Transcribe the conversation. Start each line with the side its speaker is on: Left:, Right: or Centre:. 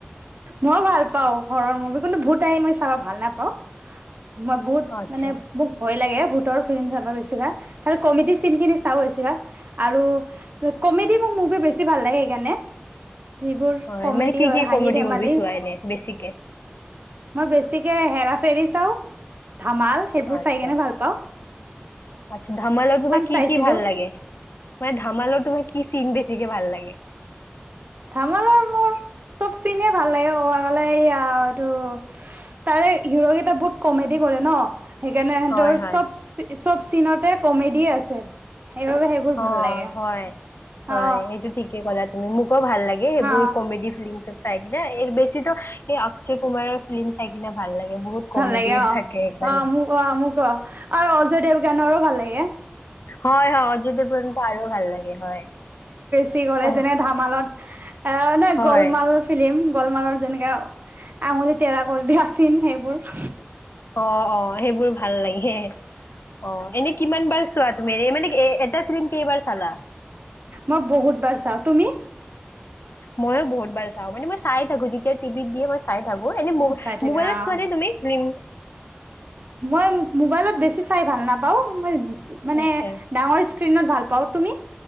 Right: মই ভাল পাও ঘৰৰ মু কোনু ভূত আহি মই চাব ভাল নাপাওঁ মই বহুত
Left: আচ্ছা
Right: মানে মোক ভয় লাগে। ভোতৰ ফিল্ম চাব গৈছিলা, খালি কমেডি চিন খিনি চাও আছিলা আৰু কমেডি, মই মোভি বছি বেছি ভাল লাগে সেইকাৰণে। যিবোৰ
Left: হয়
Right: কমেডি
Left: মানে কি
Right: হয়
Left: কি
Right: হাঁহি
Left: কমেডি
Right: ধেমালি
Left: মুভি চোৱাইনে বেছিকে।
Right: মই বেছিকে হেৰা ফেৰি চাও। ধামাল সেইবোৰ
Left: আচ্ছা
Right: চাই কেনে ভাল পাওঁ।
Left: আচ্ছা, ধামালৰ তোমাৰ কি
Right: চাইছিলো
Left: কি ভাল লাগে, মানে ধামালৰ তোমাৰ কি চিন বেছিকে ভাল লাগে?
Right: ধামালৰ মোৰ চব চিনে ভাল লাগে অলে এইয়া এইটো তাৰে হিৰ কেইটা বহুত কমেডি কৰে ন সেইকাৰণে সিহঁতৰ
Left: হয় হয়
Right: চব চব চিনতে কমেডি আছে। সেইবাবে সেইবোৰ
Left: অ
Right: ভাল লাগে।
Left: হয়
Right: অ
Left: হয় সেইটো ঠিকে ক'লা তুমি মোকো ভাল লাগে সেইবোৰ
Right: অ
Left: কমেডি ফিলিম চব চাই কিনে। বেছিতো এই অক্ষয় কুমাৰৰ ফিল্ম চাই কিনে ভাল লাগে। বহুত
Right: ভাল
Left: কমেডি
Right: লাগে অ,
Left: থাকে সেইকাৰণে
Right: অ মোক অ মোক অ আৰু অজয় দেৱ গানৰো ভাল লাগে অ।
Left: হয় হয় অজয় দেৱগণৰ আৰু ভাল লাগে হয়।
Right: কি কৰে,
Left: অ
Right: যেনে ধামালত অ ন
Left: হয়
Right: গলমালত ফিলিম গ কুমাৰৰ যেনেকা আঙুলি তেৰা কৰি দিয়া চিন সেইবোৰ <inaudible>
Left: অ অ সেইবোৰ ভাল লাগে। অ, এনে কিমান বাৰ চোৱা তুমি এ মানে এটা ফিল্ম কেইবাৰ চালা?
Right: মই বহুত বাৰ চাও, তুমি?
Left: ময়ো বহুত বাৰ চাওঁ মানে মই চাই থাকো যেতিয়া টিভিত দিয়ে ম চাই থাকো এনে ম
Right: চাই থাকা
Left: মোবাইলত
Right: অ
Left: চোৱা নে তুমি ফিল্ম
Right: মই মোবাইলত বেছি চাই ভাল নাপাও, মই মানে,
Left: আচ্ছা
Right: ডাঙৰ স্ক্ৰীণত ভাল পাওঁ তুমি?